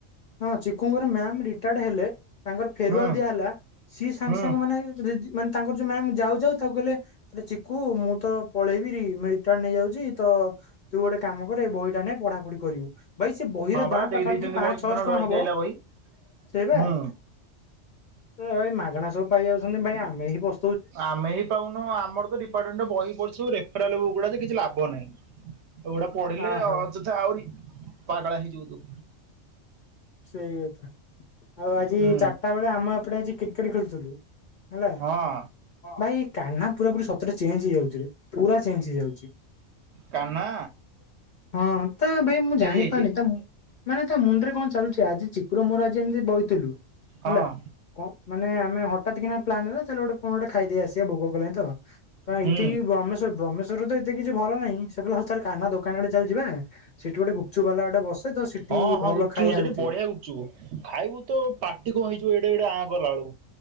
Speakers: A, on the left; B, on the right.
A: ହଁ ଚକୁଙ୍ଗର ମ୍ୟାମ୍ ରିଟାୟାର୍ଡ ହେଲେ ତାଙ୍କର ଫେରୱାଲ
B: ହୁଁ
A: ଦିଆହ ହେଲା ସିଏ ସାଙ୍ଗେ
B: ହୁଁ
A: ସାଙ୍ଗେ ମାନେ ରେ ମାନେ ତାଙ୍କର ଯୋଉ ମ୍ୟାମ୍ ଯାଉ ଯାଉ ତାକୁ କଲେ ଆରେ ଚିକୁ ମୁଁ ତ ପଳେଇବିରି ରିଟାର୍ଣ ନେଇଯାଉଛି ତ ତୁ ଗୋଟେ କାମ କରେ ଏଇ ବହିଟା ନେ ପଢା ପଢି କରିବୁ ଭାଇ ସେ ବହି
B: ହଁ
A: ର
B: ବା
A: ଦାଁ
B: ଦେଇ
A: ପାଖାପାଖି
B: ଦେଇଛନ୍ତି
A: ପାଞ୍ଚ
B: ବହି ସେଦିନ
A: ଛଅଶହ କଣ
B: ଧରିକି
A: ହବ
B: ଆଇଲା ବହି।
A: ସେଇ ବା
B: ହୁଁ।
A: ଏ ଭାଇ ମାଗଣା ସବୁ ପାଇ ଯାଉଛନ୍ତି ଭାଇ ଆମେ ହିଁ ପୁ
B: ଆମେ ହିଁ ପାଉନୁଁ ଆମର ତ ଡିପାର୍ଟମେଣ୍ଟ ବହି ପଢିବୁ ରେଫେରାଲ ଗୁଡା କିଛି ଲାଭ ନାହିଁ। ଆଉ ଗୁଟା ପଢିଲେ
A: ହଁ ହଁ
B: ଅଯଥା ଆହୁରି ପାଗଳା ହେଇଯିବ ତୁ।
A: ସେଇ କଥା, ଆଉ ଆଜି
B: ହୁଁ
A: ଚାରିଟା ବେଳେ ଆମ ଏପଟେ ଆଜି କ୍ରିକେଟ୍ ଖେଳୁଥିଲୁ। ହେଲା।
B: ହଁ।
A: ଭାଇ କାହ୍ନା ପୁରା ପୁରି ସତରେ ଚେଞ୍ଜ ହେଇଯାଉଛି ପୁରା ଚେଞ୍ଜ ହେଇଯାଉଛି।
B: କନ୍ହା।
A: ହଁ ତା ଭାଇ ମୁଁ ଜାଣିପାରୁନି
B: ହେଇଛି?
A: ତ ମାନେ ତା ମୁଣ୍ଡରେ କଣ ଚାଲୁଛି ଆଜି ଚକୁର ମୋର ଆଜି ଏମିତି ବହିଥିଲୁ
B: ହଁ
A: ହେଲା କଣ ମାନେ ଆମେ ହଠାତ୍ କିନା ପ୍ଲାନ କଲୁ ଚାଲେ ଗୋଟେ କଣ ଗୋଟେ ଖାଇଦେଇ ଆସିବା ଭୋକ କଲାଣି ତ। ନାଁ <unintelligible>
B: ହୁଁ
A: ବ୍ରହମେଶ୍ୱର ତ ଏତେ କିଛି ଭଲ ନାହିଁ ସେ ହଉ କାନ ଦୋକାନ ଆଡେ ଚାଲେ ଯିବା ସେଠି ଗୋଟେ ଗୁପ୍ ଚୁପ୍ ବାଲା ଗୋଟେ ବ ତେ ତ ସେଠି
B: ହଁ ହଁ
A: ଭଲ
B: ଗୁପଚୁପ୍
A: ଖାଇବା
B: ସେଠି
A: ହଉ
B: ବଢିଆ ଗୁପ୍ ଚୁପ୍ ଖାଇବୁ ତ ପାଟି କଣ ହେଇ ଜୀବ ଏଡେ ଏଡେ ଆଁ କଲାଳୁ।